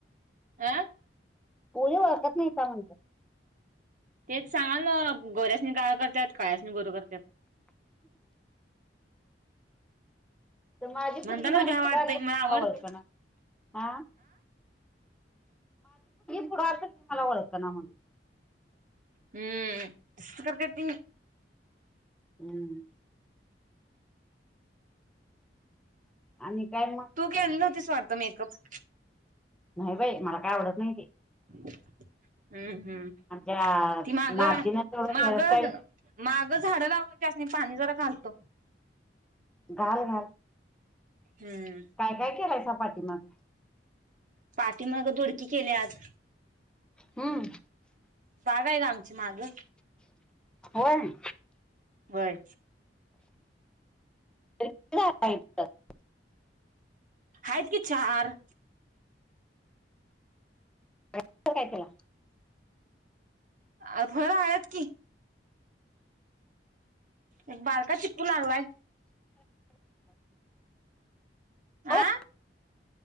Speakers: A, on the right; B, in the centre.
A: अ
B: कोणी ओळखत नाय का म्हणलं
A: तेच सांगालोय ना गोऱ्यासणी काळ करतात काळ्यासणी गोर करत्यात.
B: <inaudible> ती माझी
A: म्हणतानाच
B: पोरगी माझ्या
A: घ्या वाटतंय
B: पुढ आली तर
A: आवडत
B: मला ओळखना आ पुढ आल तर मला ओळख ना म्हणल
A: हम्म तसंच करतात तेनी
B: हूं आणि काय मग
A: तू गेली नव्हतीस. स्वार्थ मेकप
B: न्हाय बाई मला काय आवडत नाय ते.
A: हम्म हम्म
B: आमच्या
A: ती माग
B: नातीनं तेवढं
A: माग
B: हेअरस्टाईल
A: माग झाड लाव जास्त मी पाणी जरा घालतो.
B: घाल घाल.
A: हम्म
B: काय काय केलंयसा पाठीमाग?
A: पाठीमाग‌ दोडकी केल्यात
B: हूं
A: जागा हाय का आमची माग
B: होय.
A: होय
B: <unintelligible>
A: हाईत की चार
B: तर काय तुला
A: अ फळ आळत की एक बारका चिकू लागलाय. आ
B: होय